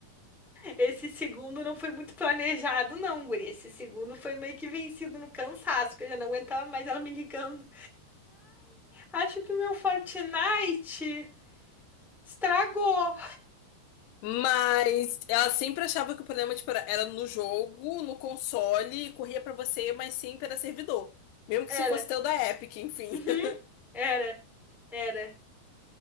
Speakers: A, in the centre; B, on the left.
A: Esse segundo não foi muito planejado, não, guri. Esse segundo foi meio que vencido no cansaço, que eu já não aguentava mais ela me ligando. Acho que meu Fortnite. Estragou.
B: Mas ela sempre achava que o problema, tipo, era era no jogo, no console, e corria pra você, mas sempre era servidor. Mesmo que
A: Era.
B: se fosse teu da Epic, enfim.
A: Uhum.
B: <laughs>
A: Era. Era.